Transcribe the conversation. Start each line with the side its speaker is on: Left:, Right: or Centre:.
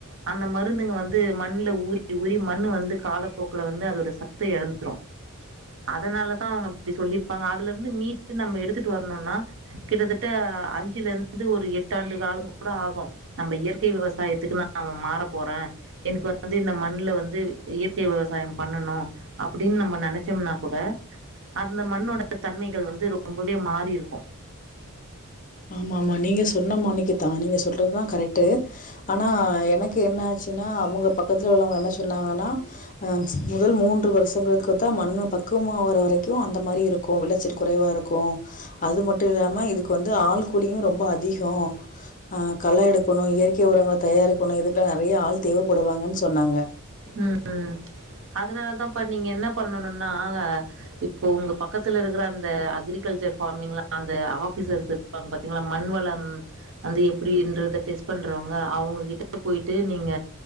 Right: அந்த மருந்துங்க வந்து மண்ல ஊறி ஊறி மண்ணு வந்து காலப்போக்குல வந்து அதோட சத்த எழந்துரு. அதனாலதா அவங்க அப்டி சொல்லிருப்பாங்க அதுல இருந்து மீட்டு நம்ம எடுத்துட்டு வரணுன்னா கிட்டத்தட்ட அஞ்சுல இருந்து ஒரு எட்டாண்டு காலங் கூட ஆகு. நம்ப இயற்கை விவசாயத்துக்கு நா மாற போறே எனக்கு வந்து இந்த மண்ணுல வந்து இயற்கை விவசாயோ பண்ணணு அப்பிடின்னு நம்ம நெனைச்சோம்னா கூட அந்த மண்ணோட தன்மைகள் வந்து ரொம்பவே மாறி இருக்கு
Left: ஆமா ஆமா நீங்க சொன்னமானிக்குதா நீங்க சொல்றதுதா கரெக்ட்டு ஆனா எனக்கு என்ன ஆச்சுன்னா அவங்க பக்கத்துல உள்ளவங்க என்ன சொன்னாங்கன்னா ஆ முதல் மூன்று வருஷங்களுக்குதா மண்ணு பக்குவமா வர வரைக்கு அந்த மாரி இருக்கு வெளைச்சல் குறைவா இருக்கு அது மட்டு இல்லாம இதுக்கு வந் து ஆள்கூலியு ரொம்ப அதிகோ ஆ கள எடுக்கணு இயற்கை உரங்கள தயாரிக்கணு இதுக்கெல்லா நெறைய ஆள் தேவப்படுவாங்கன்னு சொன்னாங்க.
Right: ம் ம் அதனாலதாம்ப்பா நீங்க என்ன பண்ணனுன்னா இப்போ உங்க பக்கத்துல இருக்கற அந்த அக்ரிகல்ச்சர் ஃபார்மிங்ல அந்த ஆஃபிசர்ஸ் இருப்பாங்க பாத்தீங்களா மண் வளம் வந்து எப்டின்றத டெஸ்ட் பண்றவங்க அவங்ககிட்ட போயிட்டு நீங்க